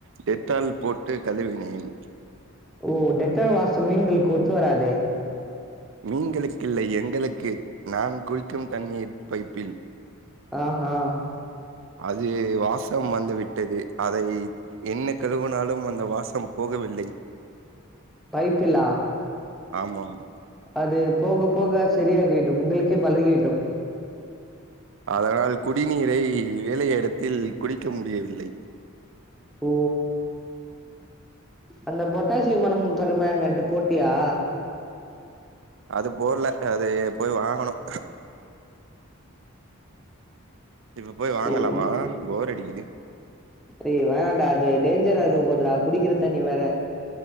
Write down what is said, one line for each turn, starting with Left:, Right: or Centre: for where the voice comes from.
Right: டெட்டால் போட்டு கழுவினேன்
Centre: ஓ டெட்டால் வாசம் மீன்களுக்கு ஒத்து வராதே
Right: மீன்களுக்கு இல்லை எங்களுக்கு நான் குளிக்கும் தண்ணீர் பைப்பில்
Centre: ஆ ஹா
Right: அது வாசம் வந்து விட்டது அதை என்ன கழுவுனாலும் அந்த வாசம் போகவில்லை
Centre: பைப்பிலா
Right: ஆமாம்
Centre: அது போக போக சரியாகிவிடும் உங்களுக்கே பழகிவிடும்
Right: அதனால் குடிநீரை வேலை இடத்தில் குடிக்க முடியவில்லை
Centre: ஓ அந்த பொட்டாசியம் பெருமங்கனேட்டு போட்டியா
Right: அது போட்ல அது போய் வாங்கணும் இப்ப போய்
Centre: சரி
Right: வாங்கலாமா
Centre: சரி
Right: போர் அடிக்குது
Centre: டேய் வேண்டான்டா அது டேஞ்சர் ஆக போதுடா குடிக்கிற தண்ணி வேற